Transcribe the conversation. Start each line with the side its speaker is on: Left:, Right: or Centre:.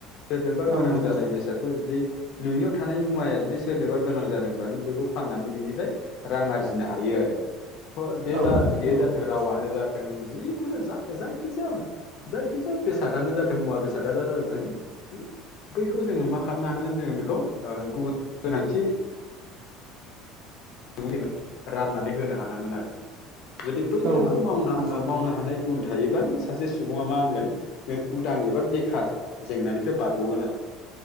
Left: सोरनोबा
Right: औ
Left: गोनां
Right: नंगौ
Left: जानाय
Right: औ नंगौ
Left: बेसादखौ जुदि नोंनियाव थानाय मुवाया जुदि सोरनोबा गोनां जादोंबा नों बेखौ फाननानै बेनिफ्राय रां आरजिनो हायो आरो बे
Right: औ
Left: जा बेयो
Right: औ
Left: जाथों रावानो जाथों जिखुनु जा जायखिजाया जायखिजाया बेसादानो जाथों मुवा बेसादआनो जाथों बैखौ जोङो मा खालामनो हानांगोन जोङो बेखौ ओ गुबुन गोनांथि जोङो राननानै होनो हानांगोन आरो। जुदि बैफोरखौ
Right: औ औ
Left: मावना
Right: नंगौ
Left: ओ मावनो हानाय गुन थायोब्लानो बे सासे सुबुङा मा होनगोन जों उदां एबा बेखार जेंनानिफ्राय बारग'गोन आरो।